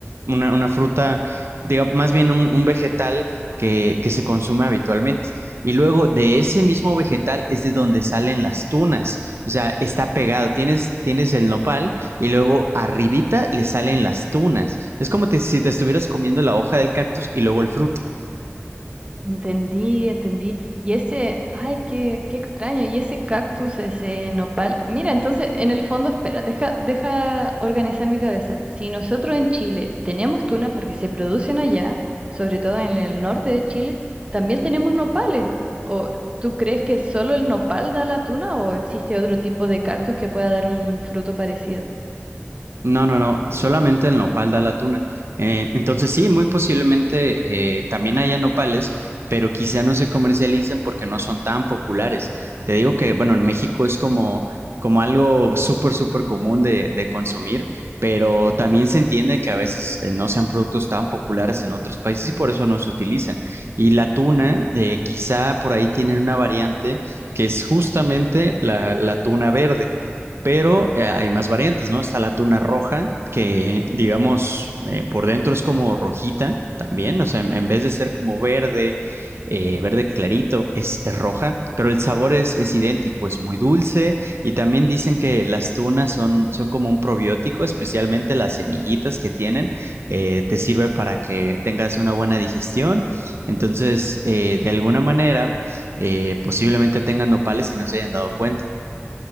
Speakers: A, on the right; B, on the right.
A: una, una fruta, diga- más bien un, un vegetal que, que se consume habitualmente. Y luego de ese mismo vegetal es de donde salen las tunas, o sea, está pegado, tienes, tienes el nopal y luego arribita le salen las tunas. Es como te- si te estuvieras comiendo la hoja del cactus y luego el fruto.
B: Entendí, entendí. Y ese, ay, qué, qué extraño. Y ese cactus, ese nopal. Mira, entonces, en el fondo, espera, deja, deja organizar mi cabeza. Si nosotros en Chile tenemos tuna porque se producen allá, sobre todo en el norte de Chile, también tenemos nopales. ¿O tú crees que solo el nopal da la tuna o existe otro tipo de cactus que pueda dar un fruto parecido?
A: No, no, no, solamente el nopal da la tuna. Eh, entonces sí, muy posiblemente eh, también haya nopales, pero quizá no se comercialicen porque no son tan populares. Te digo que, bueno, en México es como, como algo súper, súper común de, de consumir, pero también se entiende que a veces eh, no sean productos tan populares en otros países y por eso no se utilizan. Y la tuna, eh, quizá por ahí tienen una variante que es justamente la la tuna verde pero eh, hay más variantes, ¿no? Está la tuna roja, que digamos eh, por dentro es como rojita también, o sea, en, en vez de ser como verde, eh, verde clarito, es, es roja, pero el sabor es, es idéntico, es muy dulce y también dicen que las tunas son, son como un probiótico, especialmente las semillitas que tienen, eh, te sirve para que tengas una buena digestión. Entonces, eh, de alguna manera, eh, posiblemente tengan nopales y no se hayan dado cuenta.